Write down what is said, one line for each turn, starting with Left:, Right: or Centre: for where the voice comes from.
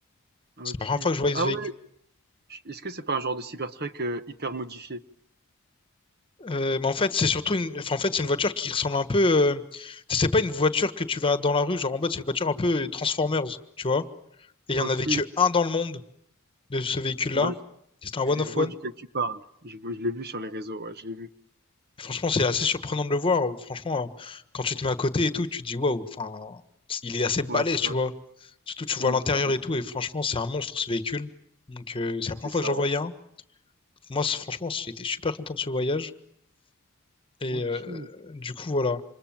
Right: Ok.
Left: C'est la première fois que je voyais
Right: Ah
Left: ce véhicule.
Right: ouais, je- est-ce que c'est pas un genre de Cybertruck euh, hyper modifié?
Left: Euh, mais en fait, c'est surtout une, enfin, en fait, c'est une voiture qui ressemble un peu. euh, C'est pas une voiture que tu vas dans la rue, genre en mode, c'est une voiture un peu Transformers, tu vois. Et il
Right: Ok,
Left: y en avait que un dans le monde de ce véhicule-là.
Right: bah,
Left: C'était un one
Right: je, je
Left: of
Right: vois
Left: one.
Right: duquel tu parles. Je, vois- je l'ai vu sur les réseaux, ouais, je l'ai vu.
Left: Franchement, c'est assez surprenant de le voir. Franchement, euh, quand tu te mets à côté et tout, tu te dis waouh, enfin, il est assez balèze,
Right: Ouais, c'est
Left: tu
Right: ça.
Left: vois. Surtout, tu vois
Right: Hmm,
Left: l'intérieur
Right: c'est vraiment-
Left: et tout,
Right: cool.
Left: et franchement, c'est un monstre ce véhicule. Donc, euh, c'est la
Right: c'est
Left: première
Right: ça,
Left: fois que j'en
Right: ouais.
Left: voyais un. Moi, c'est- franchement, j'étais super content de ce voyage. Et
Right: Ok.
Left: euh, du coup, voilà.